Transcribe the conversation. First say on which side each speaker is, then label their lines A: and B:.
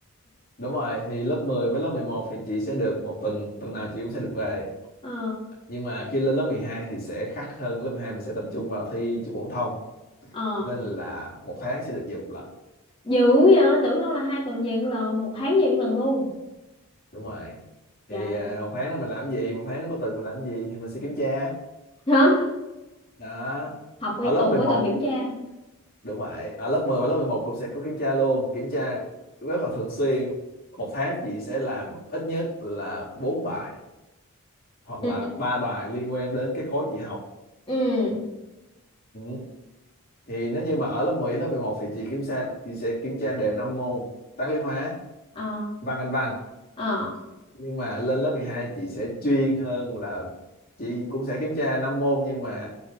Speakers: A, on the left; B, on the left.
A: đúng rồi thì lớp 10 với lớp mười một thì chị sẽ được một tuần tuần nào chị cũng sẽ được về
B: Ờ
A: nhưng mà khi lên lớp 12 thì sẽ khác hơn lớp 12 mình sẽ tập trung vào thi trung phổ thông
B: ờ
A: nên là một tháng sẽ được về một lần
B: dữ vậy tưởng đâu là hai tuần về một lần một tháng về một lần luôn
A: đúng rồi thì
B: trời
A: à, một tháng đó mình làm gì một tháng nó có tuần mình làm gì thì mình sẽ kiểm tra
B: hả
A: đó
B: học nguyên
A: ở lớp
B: tuần
A: mười
B: cuối
A: một
B: tuần kiểm tra
A: đúng vậy ở lớp 10 và lớp 11 cũng sẽ có kiểm tra luôn kiểm tra rất là thường xuyên một tháng chị sẽ làm ít nhất là 4 bài hoặc là
B: ừ
A: ba bài liên quan đến cái khối chị học
B: ừ
A: ừ. thì nếu như mà ở lớp mười lớp 11 thì chị kiểm tra chị sẽ kiểm tra đều 5 môn toán lý hóa
B: ờ
A: văn anh văn
B: ờ
A: nhưng mà lên lớp 12 chị sẽ chuyên hơn là chị cũng sẽ kiểm tra 5 môn nhưng mà